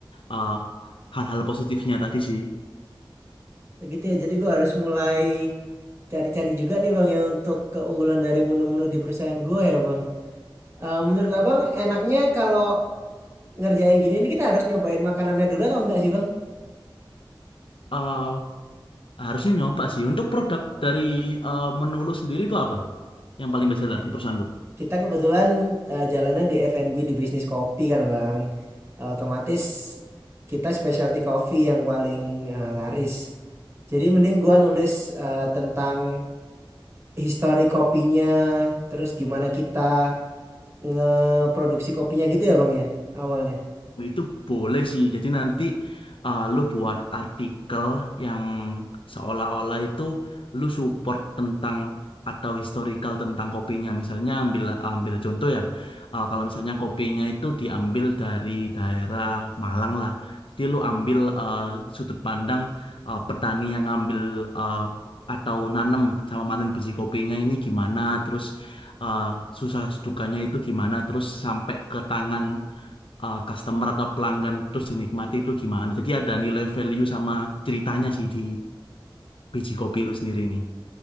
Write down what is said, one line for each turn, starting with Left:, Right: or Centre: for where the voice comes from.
Left: eh, hal-hal positifnya tadi sih.
Right: Kayak Gitu ya, jadi gue harus mulai cari-cari juga nih bang ya untuk keunggulan dari menu-menu di perusahaan gue ya bang. Eh menurut abang enaknya kalau ngerjain gini ini kita harus nyobain makanannya dulu atau enggak sih bang?
Left: Eh, harusnya nyoba sih. Untuk produk dari eh, menu lo sendiri itu apa? Yang paling best seller di perusahaan lo?
Right: Kita kebetulan eh, jalannya di F&B di bisnis kopi kan Bang. Eh, otomatis kita specialty coffee yang paling eh, laris. Jadi mending gua nulis eh, tentang histori kopinya, terus gimana kita ngeproduksi kopinya gitu ya Bang ya awalnya.
Left: Oh, Itu boleh sih. Jadi nanti eh, lu buat artikel yang seolah-olah itu lu support tentang atau historical tentang kopinya. Misalnya ambil ambil contoh ya. eh, kalau misalnya kopinya itu diambil dari daerah Malang lah. Jadi lu ambil eh, sudut pandang eh, petani yang ngambil eh, atau nanem sama panen biji kopinya ini gimana, terus eh, susah dukanya itu gimana, terus sampai ke tangan uh, customer atau pelanggan terus dinikmati itu gimana. Jadi ada nilai value sama ceritanya sih di biji kopi lu sendiri nih.